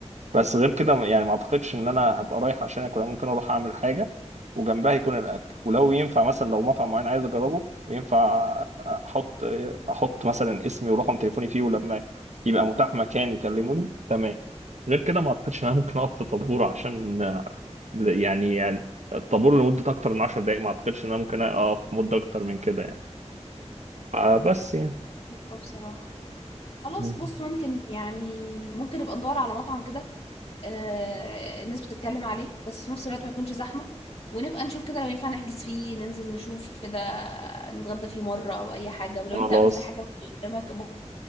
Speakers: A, on the right (about 75°); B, on the left (about 55°).
A: بس غير كده ما- يعني ما اعتقدش ان انا هبقى رايح عشان اكل أنا ممكن اروح اعمل حاجه وجنبها يكون الاكل ولو ينفع مثلا لو مطعم معين عايز اجربه وينفع احط احط مثلا اسمي ورقم تليفوني فيه ولما يبقى متاح مكان يكلموني تمام غير كده ما اعتقدش ان انا ممكن اقف في طابور عشان يعني يعني الطابور لمده اكتر من 10 دقائق ما اعتقدش ان انا ممكن اقف مده اكتر من كده يعني آه، بس يعني
B: حلوة بصراحة خلاص
A: مهم.
B: بص ممكن يعني ممكن نبقى ندور على مطعم كده آه الناس بتتكلم عليه بس في نفس الوقت ما يكونش زحمة ونبقى نشوف كده لو ينفع نحجز فيه ننزل نشوف كده نتغدى فيه مرة أو أي حاجة ولو
A: خلاص
B: أنت قابلت حاجة قدامك